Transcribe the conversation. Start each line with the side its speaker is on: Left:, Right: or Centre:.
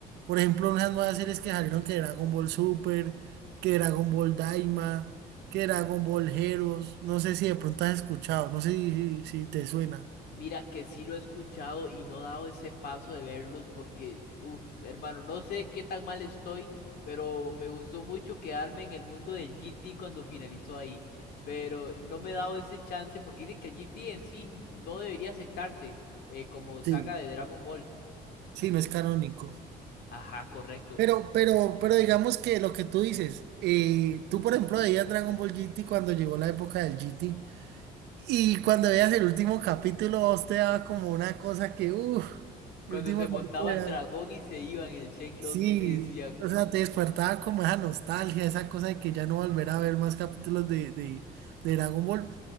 Right: Por ejemplo, unas nuevas series que salieron que Dragon Ball Super, que Dragon Ball Daima, que Dragon Ball Heroes. No sé si de pronto has escuchado, no sé si, si- si te suena.
Left: Mira que sí lo he escuchado y no he dado ese paso de verlos porque, uff, hermano, no sé qué tan mal estoy, pero me gustó mucho quedarme en el mundo del GT cuando finalizó ahí. Pero no me he dado ese chance porque dicen que el GT en sí no debería aceptarse eh, como saga
Right: Sí,
Left: de Dragon Ball.
Right: sí, no es canónico.
Left: Ajá, correcto.
Right: Pero, pero, pero digamos que lo que tú dices, eh, tú por ejemplo veías Dragon Ball GT cuando llegó la época del GT y cuando veías el último capítulo a vos te daba como una cosa que, uff,
Left: Cuando
Right: el último
Left: se montaba
Right: capítulo
Left: el
Right: era...
Left: dragón y se iba en el Shenlong
Right: Sí,
Left: y uno decía,
Right: o sea, te despertaba como esa nostalgia, esa cosa de que ya no volver a ver más capítulos de, de, de Dragon Ball.